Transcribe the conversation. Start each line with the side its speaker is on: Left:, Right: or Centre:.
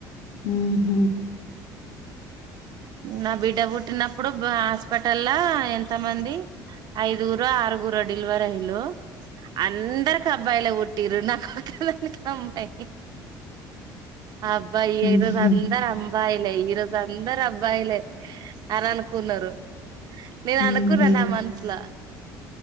Left: మ్మహ్
Right: నా బిడ్డ పుట్టినప్పుడు హాస్పిటల్ ల ఎంతమంది ఐదుగురో ఆరుగురో డెలివరయిళ్ళు అందరికి అబ్బాయిలే పుట్టిరు నా కొక్కదానికే అమ్మాయి అబ్బాయే
Left: ఊహూ
Right: ఈ రోజ్ అందర్ అమ్ బయిలే ఈ రోజ్ అందర్ అన్ బాయిలే అని అనుకున్నరు నేన్ అనుకున్నా
Left: ఊహూ
Right: నా మనసుల అ